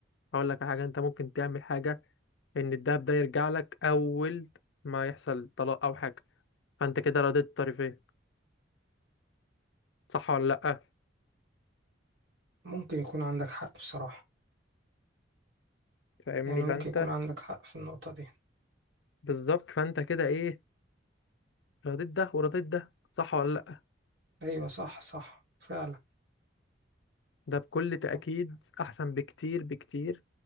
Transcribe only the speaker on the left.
هقول لك على حاجة انت ممكن تعمل حاجة ان الدهب ده يرجع لك اول ما يحصل طلاق او حاجة فانت كده رضيت الطرفين صح ولا لا
فاهمني
فانت
بالظبط فانت كده ايه رضيت ده ورضيت ده صح ولا لا
ده بكل تأكيد
احسن بكتير بكتير